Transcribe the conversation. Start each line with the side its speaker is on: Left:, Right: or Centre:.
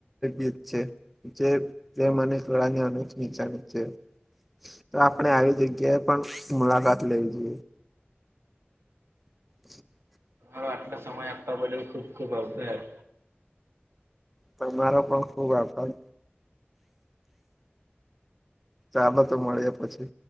Centre: જગત છે જે પ્રેમ અને કળાની અનેક નિચાની છે. તો આપણે આવી જગ્યાએ પણ મુલાકાત લેવી જોઈએ. <inaudible>
Right: હવે આટલો સમય આપવા બદલ ખુબ ખુબ આભાર.
Centre: તમારો પણ ખુબ આભાર. ચાલો તો મળીયે પછી.